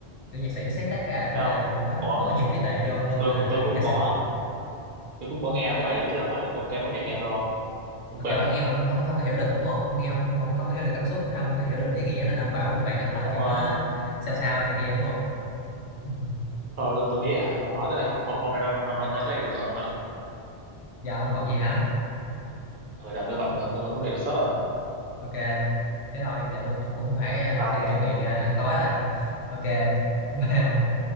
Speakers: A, on the left; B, on the right.
A: kiểu nhạc sĩ nó sáng tác ra nó
B: Thế
A: mới
B: ông
A: là
B: ờ,
A: nó nó
B: ủa
A: bỏ nhiều trí tuệ vô hơn
B: tôi
A: là
B: cũng- tôi
A: thằng
B: cũng
A: ca
B: có
A: sĩ
B: tôi cũng có nghe mấy bài đấy chứ đâu phải là tôi nghe mỗi nhạc game đâu không không
A: mà
B: quên
A: kiểu ông
B: à
A: nghe mà ông không không có hiểu được đúng không ông nghe ông không không không có hiểu được cảm xúc không có hiểu được ý nghĩa nên ông bảo con bạn ông là
B: ông
A: kiểu
B: ờ,
A: nó sao sao này kia đúng không <laughs>
B: thôi tôi, tôi nghĩ à nói tới đây hôm, hôm nay nói, nói, nói tới đây được rồi không ạ
A: giờ ông
B: ừ,
A: bận gì hả
B: giờ tôi bận rồi tôi mà có việc đột xuất rồi
A: ok thế thôi giờ tôi cũng phải ờ,
B: bye
A: đi chuẩn
B: nha
A: bị ờ, ăn tối rồi ok <laughs> bye ông